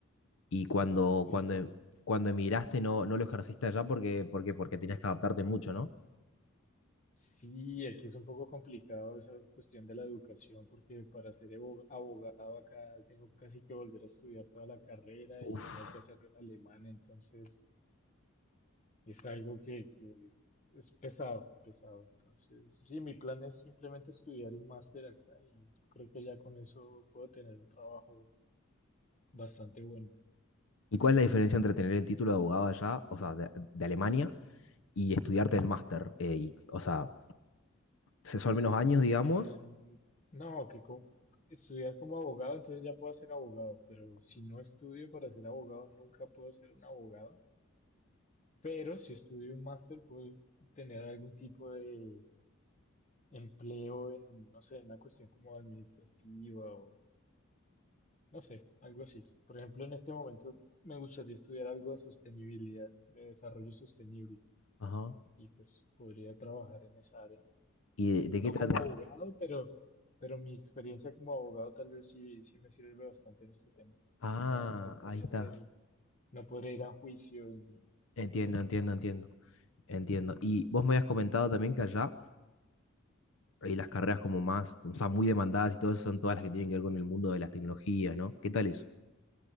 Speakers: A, on the left (about 70°); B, on the left (about 35°).
A: Y cuando,
B: Pero
A: cuando, em- cuando emigraste no, no lo ejerciste allá porque, porque, porque tenías que adaptarte mucho, ¿no?
B: sí, aquí es un poco complicado esa cuestión de la educación, porque para ser abo- abogado acá tengo casi que volver a estudiar toda la carrera
A: Uf.
B: y tengo que hacerlo en alemán, entonces... Es algo que, que es pesado, pesado. Entonces, sí, mi plan es simplemente estudiar un máster acá y yo creo que ya con eso puedo tener un trabajo bastante bueno.
A: ¿Y cuál es la diferencia entre tener el título de abogado allá, o sea, de, de Alemania, y estudiarte el máster? Eh, y, o sea, se- son menos años, digamos.
B: Em, no, que co- estudiar como abogado, entonces ya puedo ser abogado, pero si no estudio para ser abogado, nunca puedo ser un abogado. Pero si estudio un máster, puedo tener algún tipo de empleo en, no sé, en una cuestión como administrativa No sé, algo así. Por ejemplo, en este momento me gustaría estudiar algo de sostenibilidad, de desarrollo sostenible,
A: Ajá.
B: y pues podría trabajar en esa área.
A: ¿Y de, de
B: No
A: qué trata?
B: como abogado, pero, pero mi experiencia como abogado tal vez sí, sí me sirve bastante en este tema, pero
A: Ah,
B: no, no podría
A: ahí está.
B: ser, no podría ir a juicio ni, ni
A: Entiendo,
B: podría hacer
A: entiendo,
B: nada
A: entiendo.
B: de eso.
A: Entiendo. Y vos me habías comentado también que allá eh, las carreras como más, o sea, muy demandadas y todo eso son todas las que tienen que ver con el mundo de las tecnologías, ¿no? ¿Qué tal eso?